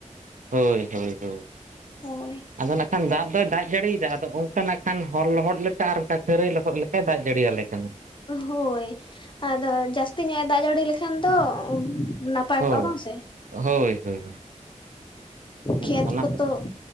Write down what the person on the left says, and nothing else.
ᱦᱳᱭ᱾
ᱦᱳᱭ ᱟᱫᱚ ᱡᱟᱹᱥᱛᱤ ᱧᱚᱜ-ᱮ ᱫᱟᱜ ᱡᱟᱹᱲᱤ ᱞᱮᱠᱷᱟᱱ ᱫᱚ ᱱᱟᱯ ᱯᱟᱭ
ᱠᱚᱜᱼᱟ ᱵᱟᱝ ᱥᱮ?
ᱠᱷᱮᱛ
ᱠᱚᱛᱚ,